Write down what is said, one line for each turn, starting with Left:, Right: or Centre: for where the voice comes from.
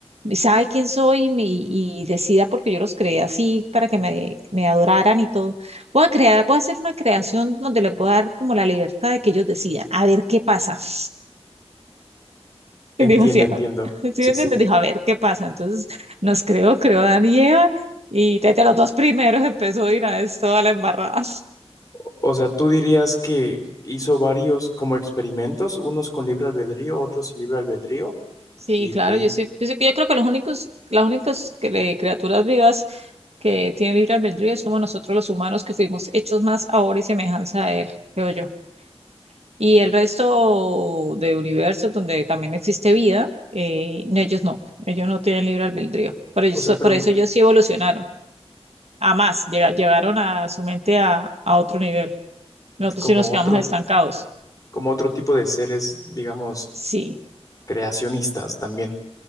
Right: sabe quién soy y, me- y decida porque yo los creé así para que me, me adoraran y todo. Voy a crear, voy a hacer una creación donde les voy a dar como la libertad de que ellos decidan, a ver qué pasa. <laughs>
Left: Entiendo,
Right: Y dijo así,
Left: entiendo.
Right: "Ah", ¿sí
Left: Sí,
Right: me entiendes?
Left: sí.
Right: Dijo, a ver qué pasa. Entonces nos creó, creó a Dan y Eva y desde los dos primeros <laughs> empezó a ir a esto a la embarrada.
Left: O, o sea, tú dirías que hizo varios como experimentos, unos con libre albedrío, otros sin libre albedrío,
Right: Sí,
Left: y
Right: claro,
Left: de ahí,
Right: yo, sí- yo, sí- yo creo que los únicos, las únicas cre- criaturas vivas que tienen libre albedrío somos nosotros los humanos que fuimos hechos más ahora y semejanza a él, creo yo. Y el resto de universos donde también existe vida, eh, no, ellos no, ellos no tienen libre albedrío. Por eso,
Left: o sea, pero
Right: por eso ellos sí evolucionaron, a más, llega- llevaron a su mente a, a otro nivel. Nosotros
Left: como
Right: sí nos quedamos
Left: otro,
Right: estancados.
Left: como otro tipo de seres, digamos,
Right: Sí,
Left: creacionistas también.